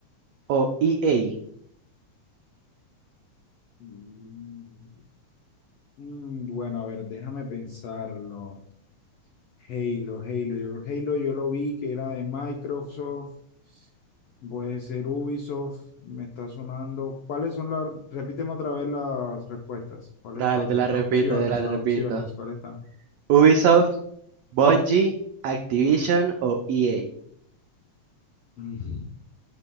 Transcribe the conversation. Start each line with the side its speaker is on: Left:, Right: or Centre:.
Right: o EA?
Left: Mm. Mm, Bueno, a ver, déjame pensarlo. Halo, Halo. Yo, Halo yo lo vi que era de Microsoft, puede ser Ubisoft, me está sonando. ¿Cuáles son las? Repíteme otra vez las respuestas. ¿Cuáles
Right: Dale,
Left: están?
Right: te la
Left: Las
Right: repito,
Left: opciones,
Right: te la repito.
Left: las opciones, ¿cuáles están?
Right: Ubisoft, Bungie, Activision o EA.
Left: Mm,